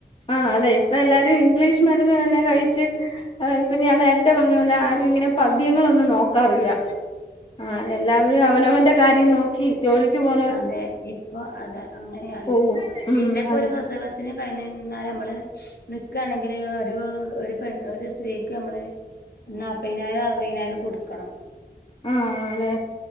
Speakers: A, on the left; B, on the left.
A: ആഹ് അതെ ഇപ്പ എല്ലാരും ഇംഗ്ലീഷ് മരുന്ന് തന്നെ കഴിച്ച്. ഇപ്പ ഞാൻ നേര്ത്തെ പറഞ്ഞ പോലെ ആരും ഇങ്ങനെ പദ്യങ്ങളൊന്നും നോക്കാറില്ല. ആഹ് എല്ലാവരും അവനവന്റെ കാര്യം നോക്കി ജോലിക്ക് പോ
B: അതെ ഇപ്പൊ അതെ അങ്ങനെയാണ്
A: പോകും ഉം
B: പിന്നെപ്പോ
A: അതെ
B: ഒരു പ്രസവ ത്തിന് കഴ നിന്നാൽ നമ്മള് നിക്കാണെങ്കില് ഒരൂ ഒരു പെൺ ഒരു സ്ത്രീക്ക് നമ്മള് നാപ്പയ്നായിരം അറുവയ്നായിരം കൊട്ക്കണം.
A: ആഹ് അതേ